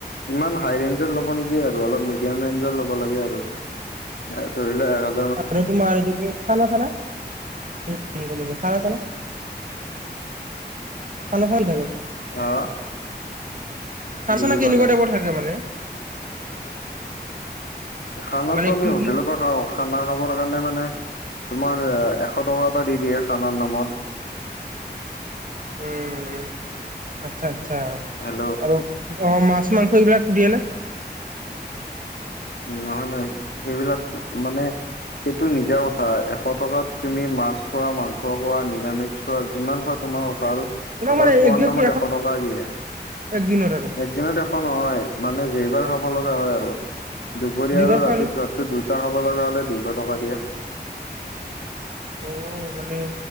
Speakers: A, on the left; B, on the right.
A: ইমান হাই ৰেঞ্জৰ ল'ব নিদিয়ে আৰু অলপ মিডিয়াম ৰেঞ্জৰ ল'ব লাগে আৰু। এ ধৰি লোৱা আৰু।
B: আৰু তোমাৰ এইটো কি খানা -চানা। উ গম পাইছো খানা -চানা খানা খান নাথাকে।
A: হা
B: খানা
A: বুজি
B: -চানা কেনেকুৱা
A: পোৱা নাই
B: টাইপৰ থাকে মানে।
A: খানাটো
B: মানে
A: আমি
B: কি
A: হোটেলৰ
B: কি
A: পৰা খাওঁ। খানা খাবৰ কাৰণে মানে তোমাৰ এশ টকা এটা দি দিয়ে খানাৰ নামত।
B: উম আচ্ছা আচ্ছা।
A: হেল্ল'।
B: আৰু অ মাছ মাংস এইবিলাক দিয়ে নে।
A: নহয় নহয় সেইবিলাক মানে। সেইটো নিজা কথা এশ টকাত তুমি মাছ খোৱা, মাংস খোৱা নিৰামিষ। চোৱা যিমান খোৱা তোমাৰ কথা আৰু।
B: তোমাক
A: অকল
B: মানে
A: খোৱাৰ
B: একদিনত
A: নামত
B: কি
A: এশ টকা দিয়ে।
B: একদিনত আৰু
A: এদিনত এখ নহয় মানে যেইবাৰ খাব লগা হয় আৰু। দুপৰীয়া
B: দুইবাৰ
A: আৰু ৰাতি
B: খোৱালে
A: ভাতটো দুটা খাব লগা হ'লে দুইশ টকা দিয়া।
B: অ মানে